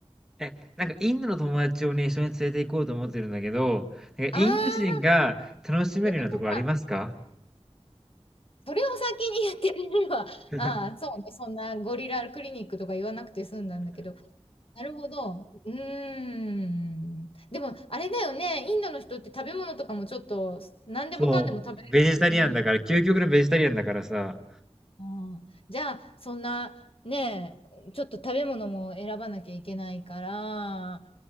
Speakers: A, in the centre; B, on the left (about 60°).
A: え、なんかインドの友達をね、一緒に連れて行こうと思ってるんだけど、なんかインド人が楽しめるようなところありますか
B: ああ、そういうことか。それを先にやってくれれば、
A: <laughs>
B: ああ、そうね、そんなゴリラクリニックとか言わなくて済んだんだけど、なるほど。うーん。でも、あれだよね、インドの人って食べ物とかもちょっと、何でもかんでも食べれるわけじゃない。
A: そう、ベジタリアンだから、究極のベジタリアンだからさ、
B: ああじゃあ、そんな、ねえ、ちょっと食べ物も選ばなきゃいけないから、